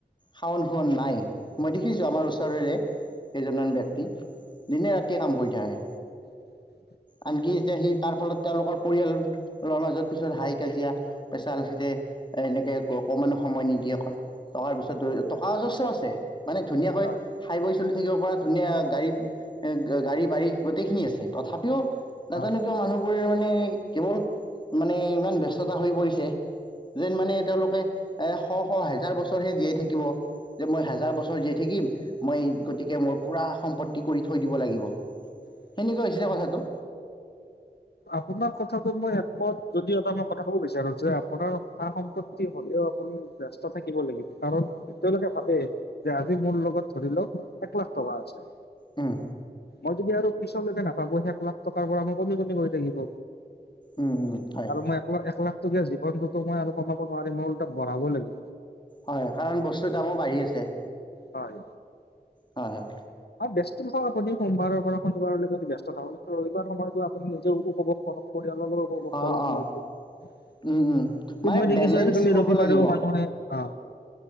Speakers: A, on the left; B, on the left.
A: খাৱন শুৱন নাই। মই দেখিছো আমাৰ ওচৰেৰে কেইজন মান ব্যক্তি দিনে ৰাতিয়ে কাম কৰি থাকে।
B: <unintelligible>
A: আনকি এতিয়া সি তাৰ ফলত তেওঁলোকৰ পৰিয়ালৰ মাজত পিছত হাই কাজিয়া পেচাল। যে এনেকে অকমানো সময় নিদিয়ে অকল টকাৰ পিছত টকা অজস্ব আছে। মানে ধুনীয়াকৈ
B: হয়
A: খাই বৈ চলি থাকিব পৰা ধুনীয়া গাড়ী এ গাড়ী বাৰ়ী। গোটেইখিনি আছে তথাপিও নাজানো
B: হয়
A: কিয় মানুহবোৰে মানে কেৱল মানে ইমান ব্যস্ততা হৈ পৰিছে। যেন মানে তেওঁলোকে এ শ শ হেজাৰ বছৰহে জীয়াই থাকিব। যে মই হেজাৰ বছৰ জীয়াই থাকিম মই গতিকে মোৰ পুৰা সম্পত্তি কৰি থৈ দিব লাগিব।
B: <unintelligible>
A: সেনেকুৱা হৈছেনে কথাটো।
B: আপোনাৰ কথাটো মই একমত যদি এটা মই কথা কব বিচাৰো যে আপোনাৰ সা সম্পত্তি হ'লেও ত সকলো ব্যস্ত থাকিব লাগিব কাৰণ তেওঁলোকে ভাবে যে আজি মোৰ লগত ধৰি লওক এক লাখ টকা আছে।
A: উম।
B: মই যদি আৰু পিছলৈকে নাভাবো এক লাখ টকাৰ পৰা মই কমি কমি গৈ থাকিব।
A: উম, উম, হয়,
B: আৰু মই এক লা এক লাখ। তে জীৱনটোত মই আৰু কটাব নোৱাৰিম মই ওলটা বঢ়াব লাগিব।
A: হয় কাৰণ বস্তুৰ দামো বাঢ়ি আছে।
B: হয়।
A: হয় হয়।
B: হয় ব্যস্ত থাকক আপুনি সোমবাৰৰ পৰা শনিবাৰলৈকে ব্যস্ত থাকক। কিন্তু ৰবিবাৰ সময়তো আপুনি নিজে উপভোগ কৰক <unintelligible> তেওঁলোকো উপভোগ
A: অ',
B: কৰক সময়টো।
A: অ',
B: <unintelligible>
A: উম, উম, মানে
B: মই দেখিছো
A: বেলেঞ্চ
B: আজিকালি
A: হ'ব
B: ৰবিবাৰেও
A: লাগিব।
B: মানুহ আহে। আ